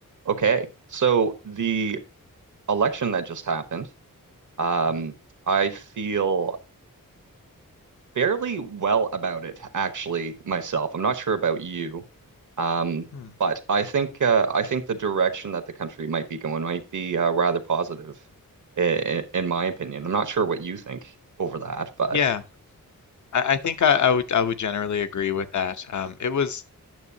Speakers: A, on the right; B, on the left.
A: Okay. So the election that just happened, um,
B: Hmm,
A: I feel fairly well about it, actually, myself. I'm not sure about you, um,
B: hmm.
A: but I think uh, I think the direction that the country might be going might be uh, rather positive, in, in my opinion. I'm not sure what you think over that, but
B: Yeah, I, I think I, I would I would generally agree with that. Um, it was